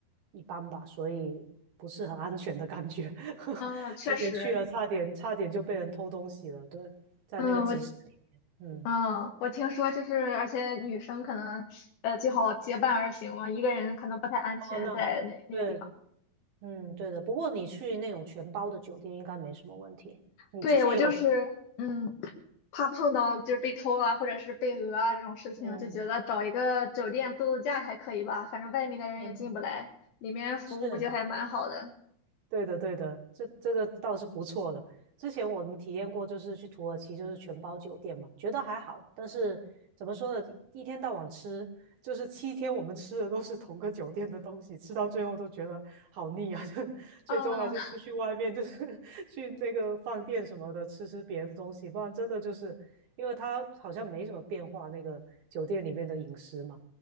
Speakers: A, on the right; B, on the left.
A: 一般吧，所以不是很安全的感觉。<laughs>
B: 嗯，确实，
A: 之前去了，差点差点就被人偷东西了，对，在那个集市里面。
B: 嗯，我
A: 嗯，
B: 嗯，我听说就是，而且女生可能呃最好结伴而行嘛，一个人可能不太安全在那那个地方。
A: 哦，那对，嗯，对的。不过你去那种全包的酒店应该没什么问题。你之前有，
B: 对，我就是嗯。怕碰到就是被偷啊，或者是被讹啊这种事情，
A: 嗯
B: 就觉得找一个酒店度度假还可以吧，反正外面的人也进不来，
A: 嗯。
B: 里面服务不就还蛮好的。
A: 是，对的，对的，这这个倒是不错的。之前我们体验过，就是去土耳其，就是全包酒店嘛，觉得还好。但是怎么说呢，一天到晚吃，就是七天我们吃的都是同个酒店的东西，吃到最后都觉得好腻啊！<laughs> 就最终还是出去外面，
B: 啊
A: 就是 <laughs> 去那个饭店什么的吃吃别的东西，不然真的就是因为它好像没什么变化，那个酒店里面的饮食嘛。